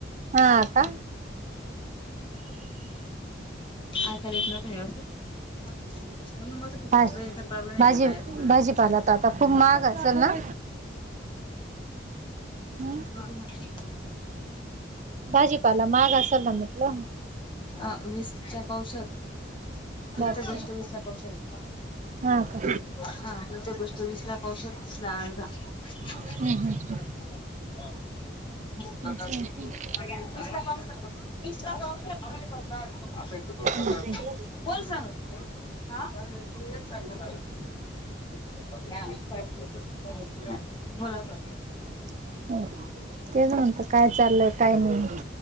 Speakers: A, on the right (about 40°); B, on the left (about 30°).
A: हां का.
B: ऐकाला येत नव्हत म्हणून म्हणत होते
A: भा
B: रेंजचा प्रॉब्लेम
A: भाजी
B: आहे असं का?
A: भाजीपाला तर आता खूप महाग असेल ना? हं?
B: बघू म्हटलं.
A: भाजीपाला महाग असेल ना म्हटलं
B: अ वीसच्या पावसात प्रत्येक
A: बापरे
B: गोष्ट विसर
A: हा का
B: <unintelligible> हा. प्रत्येक गोष्ट वीसला पावशेर तीसाला अर्धा. <unintelligible>
A: हं, हं. असं आहे का?
B: तीस लाखा <unintelligible>
A: हं, हं.
B: कोण सांग? आ <unintelligible> <unintelligible> बोला बोला बोला.
A: <unintelligible> तेच म्हणतं काय चाललंय काय नाही?